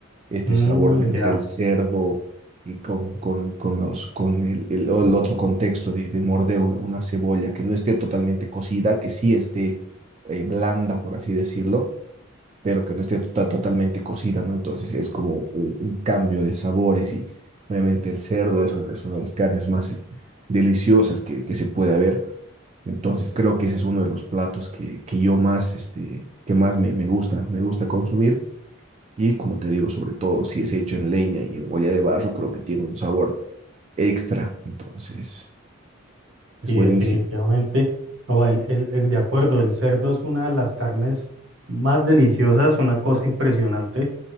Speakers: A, on the right; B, on the right.
A: este
B: Mm,
A: sabor de entre
B: ya,
A: el cerdo y con, con, con, los, con el, el, el otro contexto de, de morder una, una cebolla que no esté totalmente cocida, que sí esté eh, blanda, por así decirlo pero que no esté to- totalmente cocida, ¿no? Entonces es como un, un cambio de sabores y obviamente el cerdo es, un- es una de las carnes más eh, deliciosas que, que se puede ver. Entonces creo que ese es uno de los platos que, que yo más, este, que más me, me gusta, me gusta consumir. Y como te digo, sobre todo si es hecho en leña y en olla de barro, creo que tiene un sabor extra. Entonces es
B: sí,
A: buenísimo.
B: definitivamente. No, el, el- el- de acuerdo, el cerdo es una de las carnes más deliciosas, una cosa impresionante.